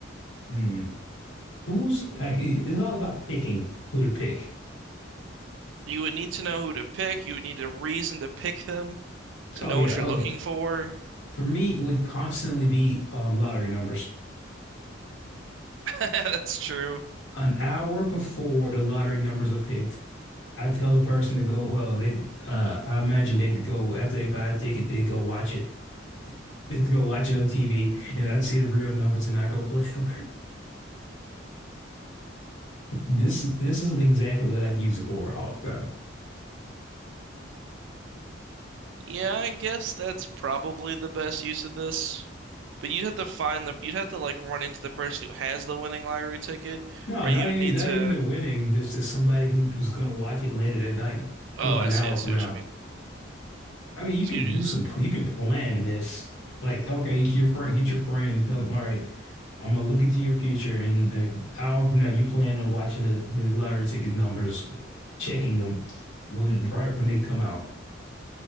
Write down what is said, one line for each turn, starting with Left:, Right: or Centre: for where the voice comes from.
Left: Hmm. Who's like? it's all about picking who to pick.
Right: You would need to know who to pick. You would need a reason to pick them to
Left: Oh
Right: know
Left: yeah.
Right: what you're
Left: Oh,
Right: looking for.
Left: for me, it would constantly be um, lottery numbers.
Right: <laughs> That's true.
Left: An hour before the lottery numbers are picked, I tell the person to go. Well, they uh, I imagine they'd go after they buy a ticket. They'd go watch it. <laughs> They'd go watch it on TV, and I'd see the real numbers, and I go play them. <laughs> this this is exactly what I'd use it for all the time.
Right: Yeah, I guess that's probably the best use of this. But you'd have to find the you'd have to like run into the person who has the winning lottery ticket,
Left: No,
Right: or
Left: not
Right: you
Left: even
Right: would need
Left: not
Right: to.
Left: even the winning. There's just somebody who's gonna watch it later that night.
Right: Oh,
Left: Well,
Right: I
Left: an
Right: see.
Left: hour
Right: I
Left: from
Right: see
Left: now.
Right: what you mean.
Left: I mean, you
Right: So
Left: could
Right: you
Left: do
Right: just
Left: some, you can plan this. Like, okay, your friend, get your friend and tell him, all right, I'm gonna look into your future. And an hour from now, you plan on watching the, the lottery ticket numbers, checking them when, right when they come out.